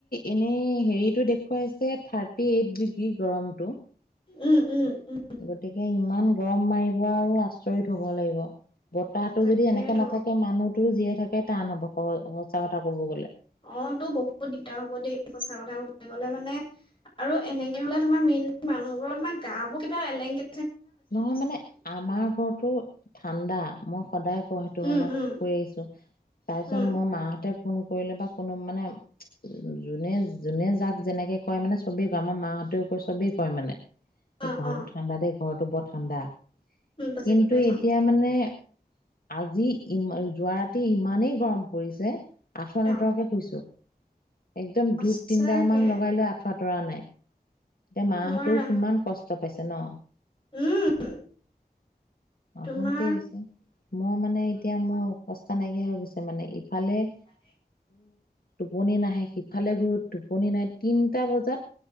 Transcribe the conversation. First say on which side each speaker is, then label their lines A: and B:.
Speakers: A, on the left (about 65°); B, on the left (about 30°).
A: এনেই হেৰিত এইটো দেখুৱাইছে থাৰ্টি এইট ডিগ্ৰী গৰমটো।
B: উম উম। উম
A: গতিকে ইমান গৰম মাৰিব আচৰিত হব লাগিব, বতাহতো
B: তাকেইতো
A: যদি এনেকে নাথাকে মানুহতো জীয়াই থাকে টান হব ক সঁচা কথা ক'ব গ'লে।
B: অ তটো বহুত দিগদাৰ হব দেই, সঁচা কথা কবলে গলে মানে আৰু এনেকে হলে তোমাৰ মেই মানুহবোৰতাক গা বোৰ কিব এলেংগে
A: নহয় মানে আমাৰ ঘৰতটো ঠাণ্ডা মই সদায় কওঁ সেইটো
B: উম
A: মানে
B: উম
A: কৈ আহিছো, তাৰপিছত
B: উম
A: মোৰ মাহঁতে ফোন কৰিলে বা কোনো মানে যোনে যোনে যাক যেনেকে কয় মানে চবেই কয় আমাৰ মাহঁতেও কয় চবেই কয় মানে, এই
B: অ
A: ঘৰৰতটো
B: অ
A: ঠাণ্ডা দেই। ঘৰৰতটো বৰ ঠাণ্ডা।
B: উম বুজি
A: কিন্তু
B: পাইছো
A: এতিয়া মানে আজি ইমান যোৱা ৰাতি ইমানেই গৰম পৰিছে আঠুৱ
B: অ
A: নতৰকে শুইছো। একদম ধূপ
B: সঁচাকে
A: তিনিডাল মান লগাই লৈ আঁঠুৱা তৰা নাই। এতিয়া মাহতৰ
B: নোৱাৰা
A: কিমান কষ্ট পাইছে ন?
B: উম।
A: অশান্তি
B: তোমাৰ
A: হৈছে মই মানে এতিয়া মোৰ অৱস্থা নাইকিয়া হৈ গৈছে মানে ইফালে
B: <inaudible>
A: টোপনি নাহে সিফালে ঘুৰো টোপনি নাহে তিনটা বজাত